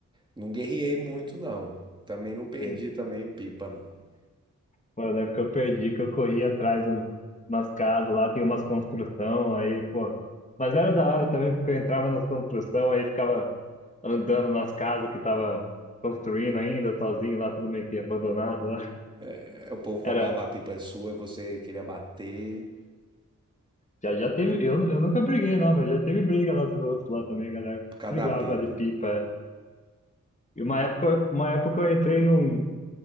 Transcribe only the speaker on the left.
sim.
Pô, eu lembro que eu perdi, que eu corri atrás de um- umas casas lá, tem umas construção, aí, pô. Mas era da hora também, porque eu entrava nas construção, aí ficava andando nas casas que tava construindo ainda, sozinho lá, tudo meio que abandonado lá.
Era.
Já, já teve. Eu, eu nunca briguei, não, mas já teve briga lá dos outros lá também, galera.
Brigava
de pipa. é. E uma época, uma época eu entrei num.